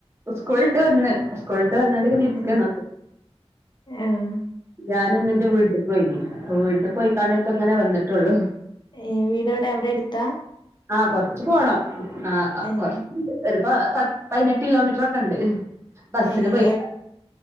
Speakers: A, on the right; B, on the left.
A: സ്കൂൾ ട്ട് വന്ന് സ്കുൾ വന്നാണ്ട് ഇങ്ങനെ ഇരിക്കാണ്
B: ഏഹ് ആഹ്
A: ഞാൻ ഇന്റെ വീട്ടിക്ക് പോയിന് അപ്പൊ വീട്ട് പോയിക്കാണ്ട് ഇപ്പ ഇങ്ങനെ വന്നിട്ടുള്ളൂ
B: ഏഹ് വീട് എവിടെ? അവിടെ എടുത്ത
A: ആഹ് കുറച്ചു പോണം <unintelligible>
B: ഏഹ്
A: പ പതിനെട്ട് കിലോമീറ്റർ ഒക്കെ ഇണ്ട് ബസ്സിന്
B: ഏഹ്
A: <unintelligible>
B: എപ്